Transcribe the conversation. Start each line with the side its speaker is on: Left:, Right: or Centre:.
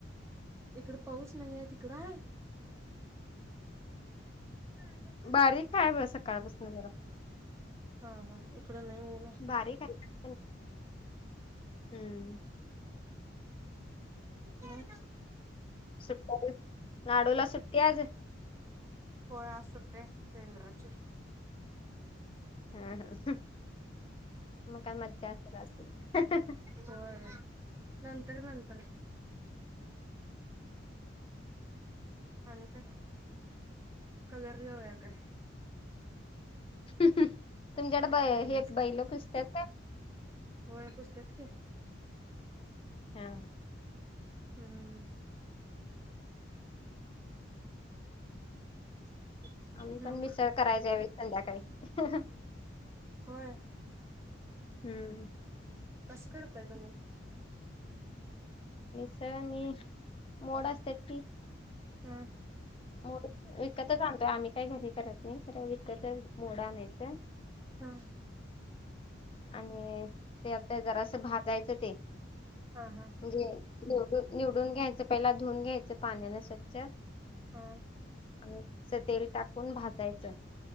Right: इकड पाऊस नाही हाय, तिकड हाय? <inaudible>
Left: बारीक हाय ब सकाळपसन जरा.
Right: हां हां, इकड नाही ऊन आहे
Left: बारीक हाय जास्त नाही, हम्म.
Right: म?
Left: सुट्टी हाय होय, लाडूला सुट्टी आज?
Right: होय आज सुट्टी हाय बेंदराची.
Left: हं हं म काय मज्जा असलं आज.
Right: होय नंतर नंतर आणि काय कगर लेवूया काय?
Left: तुमच्याकड बै
Right: बैलासनी
Left: हे बैल पुजत्यात का?
Right: होय पुजत्यात की.
Left: हा हा.
Right: हम्म. <unintelligible>
Left: आम्ही पण
Right: मग
Left: मिसळ करायचो ह्यावेळी संध्याकाळी.
Right: होय.
Left: हम्म.
Right: कसं करताय तुम्ही?
Left: मीसळ आणि मोड असत्यात ती
Right: हां.
Left: मोड विकतच आणतोय आम्ही काही घरी करत नाही तर विकतच मोडं आणायचं.
Right: हा.
Left: आणि ते आता जरा असं भाजायचं ते
Right: हा हा
Left: म्हणजे निवडून निवडून घ्यायच पहिलं धुऊन घ्यायचं पाण्याने स्वच्छ
Right: हा
Left: आणि असं तेल टाकून भाजायचं.